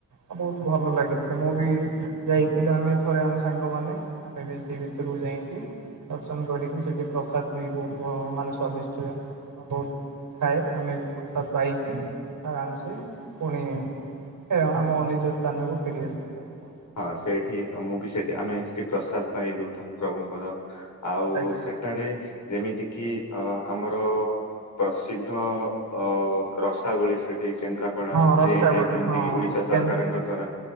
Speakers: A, on the right (about 80°); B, on the left (about 70°).
A: ଆ ବହୁତ ଭଲ ଲାଗିଥି, ମୁଁ ବି ଯାଇଥିଲି। ଆମେ ଥରେ ଆମେ ସାଙ୍ଗମାନେ ଆମେ ବି ସ ସେ ଭିତରକୁ ଯାଇଁକି ଦର୍ଶନ କରିକି, ସେଠି ପ୍ରସାଦ ବି ବହୁତ ମାନେ ସ୍ଵାଦିଷ୍ଟ ବହୁତ ଥାଏ। ଆମେ ବି ପ୍ରସାଦ ପାଇକି, ଆରାମସେ ପୁଣି ଫେର୍ ଆମ ନିଜ ସ୍ଥାନକୁ ଫେରିଆସିଲୁ। କ
B: ହଁ, ସେଇଠି ମୁଁ ବି ସେଠି ଆମେ ସେଠି ପ୍ରସାଦ ପାଇଲୁ ଠାକ୍ ପ୍ରଭୁଙ୍କର। ଆଉ
A: ଆଜ୍ଞା
B: ସେଠାରେ ଯେମିତି କିି ଅ-ଆମର ପ୍ରସିଦ୍ଧ-ଅ- ରସାବଳୀ ସେଇଠ ସେଇ କେନ୍ଦ୍ରାପଡାର
A: ହଁ ରସାବଳି
B: ଜି ଆଇ ଟ୍ୟାଗ ଯେମିତି
A: ହଁ
B: କି ଓଡିଶା
A: କେନ୍ଦ୍ରାପଡ଼ା।
B: ସରକାରଙ୍କ ଦ୍ଵାରା